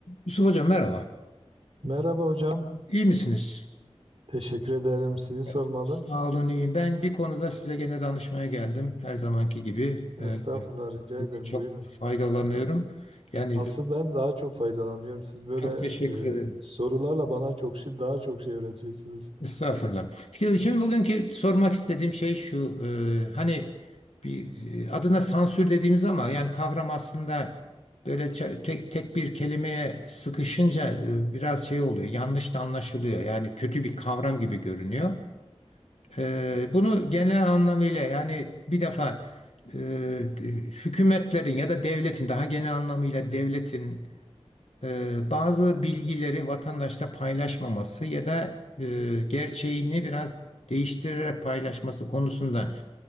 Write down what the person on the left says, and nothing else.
Yusuf Hocam merhaba.
İyi misiniz?
Evet. Sağ olun iyiyim. Ben bir konuda size gene danışmaya geldim. Her zamanki gibi.
Ee,
sizden
çok
faydalanıyorum. Yani
çok teşekkür
ederim.
Estağfurullah. Şimdi, şimdi bugünkü sormak istediğim şey şu. e, hani bir e, adına sansür dediğimiz ama yani kavram aslında böyle ça- tek, tek bir kelimeye sıkışınca e, biraz şey oluyor. Yanlış da anlaşılıyor. Yani kötü bir kavram gibi görünüyor. Eee, bunu genel anlamıyla yani bir defa eee, hükümetlerin ya da devletin daha genel anlamıyla devletin eee, bazı bilgileri vatandaşla paylaşmaması ya da eee, gerçeğini biraz değiştirerek paylaşması konusunda